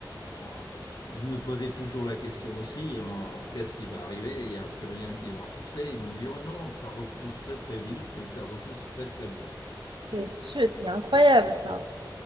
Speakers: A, on the left; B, on the right.
A: on- je me posais toujours la question aussi, en, qu'est-ce qui va arriver? Il n'y a plus rien qui va repousser. Ils m'ont dit, oh non, ça repousse très très vite et ça repousse très très bien.
B: C'est
A: Donc,
B: sûr,
A: ouais.
B: c'est incroyable ça.